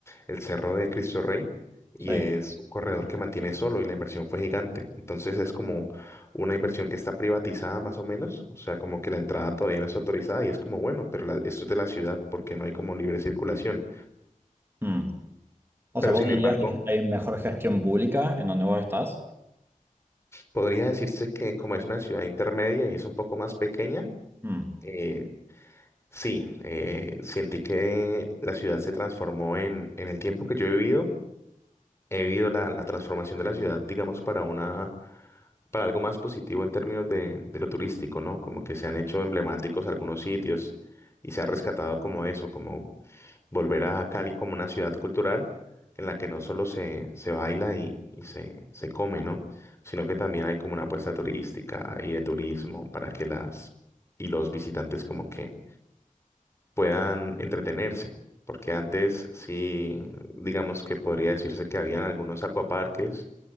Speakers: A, on the left; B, on the right.
A: el Cerro de Cristo Rey y
B: Sí.
A: es un corredor que mantiene solo y la inversión fue gigante. Entonces es como una inversión que está privatizada más o menos, o sea, como que la entrada todavía no es autorizada y es como, bueno, pero la- esto es de la ciudad porque no hay como libre circulación.
B: Mm. O
A: Pero
B: sea, vos
A: sin
B: dirías
A: embargo,
B: que hay mejor gestión pública en donde vos estás.
A: podría decirse que como es una ciudad intermedia y es un poco más pequeña,
B: Mm.
A: eh, Sí, eh, sentí que la ciudad se transformó en, en el tiempo que yo he vivido. He vivido la, la transformación de la ciudad, digamos, para una, para algo más positivo en términos de, de lo turístico, ¿no? Como que se han hecho emblemáticos algunos sitios y se ha rescatado como eso, como volver a Cali como una ciudad cultural en la que no solo se, se baila y, y se, se come, ¿no? Sino que también hay como una apuesta turística y de turismo para que las y los visitantes como que puedan entretenerse. Porque antes sí, digamos que podría decirse que habían algunos acuaparques,